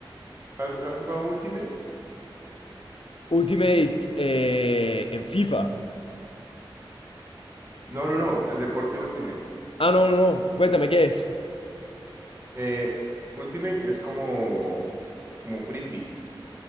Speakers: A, on the right; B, on the left.
A: ¿has, has jugado Ultimate?
B: Ultimate eh, en FIFA.
A: No, no, no, el deporte Ultimate.
B: Ah, no, no, no. Cuéntame, ¿qué es?
A: Eh, Ultimate es como, como frisbee,